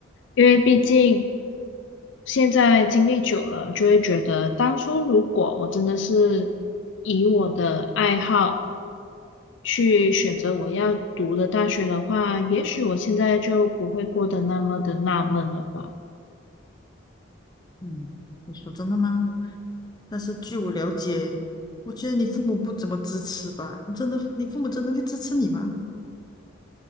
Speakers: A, on the left (about 60°); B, on the left (about 20°).
A: 因为毕竟现在经历久了，就会觉得当初如果我真的是以我的爱好去选择我要读的大学的话，也许我现在就不会过得那么的纳闷了吧。
B: 嗯。你说真的吗？但是据我了解，我觉得你父母不怎么支持吧？你真的，你父母真的会支持你吗？